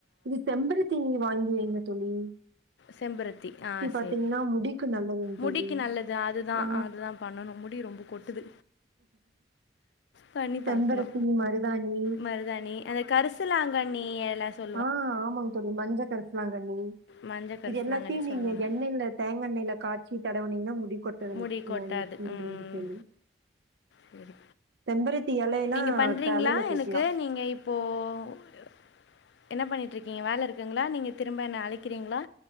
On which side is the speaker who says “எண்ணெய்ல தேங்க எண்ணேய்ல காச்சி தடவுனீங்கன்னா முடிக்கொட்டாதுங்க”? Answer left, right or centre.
Right